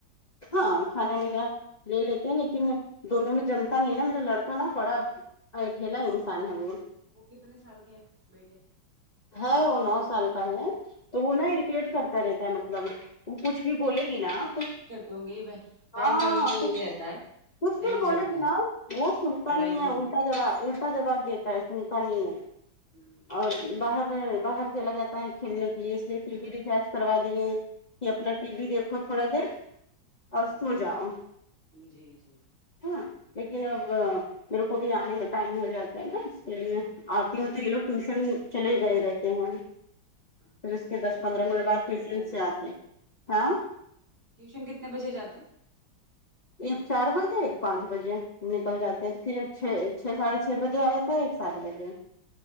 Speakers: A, on the left; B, on the right.
A: ہاں کھانا بینا لے لیتے ہیں لیکن دونوں میں جمتا نہیں ہے نا میرا لڑکا نا بڑا اٹھلا انسان ہے وہ
B: وہ کتنے سال کے ہیں بیٹے
A: ہے وہ نو سال کا ہے تو وہ نا اریٹیٹ کرتا رہتا ہے مطلب وہ کچھ بھی بولے گی نا تو
B: کہونگی بہن
A: ہاں
B: بھائیوں کا یہی
A: کچھ
B: رہتا ہے
A: کچھ بھی
B: نہیں
A: بولے
B: جمتا
A: گی نا
B: ہے
A: وہ سنتا
B: لڑائی
A: نہیں
B: تو
A: ہے
B: ہوتی
A: الٹا جواب الٹا جواب دیتا ہے سنتا نہیں ہے
B: ہم
A: اور باہر باہر چلا جاتا ہے کھیلنے کے لیے اس لیے ٹی وی ریچارج کروا دیے کہ اپنا ٹی وی دیکھو تھوڑا دیر
B: ھمم
A: اور
B: ھمم
A: سو جاؤ
B: جی جی
A: ہاں لیکن اب میرے پاتی آنے کا ٹائم ہو جاتا ہے نا اس کے لیے آتی ہوں تو یہ لوگ ٹیوشن چلے ہی گئے رہتے ہیں
B: اچھا
A: پھر اس کے
B: ٹیوشن
A: دس پندرہ
B: کتنے
A: منٹ
B: بجے
A: بعد
B: کا
A: ٹیوشن
B: ہوتا ہے ان لوگوں
A: سے آتے
B: کا
A: ہاں
B: ٹیوشن کتنے بجے جاتے ہے
A: ایک چار بجے ایک پانچ بجے نکل جاتے ہیں پھر چھ چھ ساڑھے چھ بجے آ جاتے تو ایک سات بجے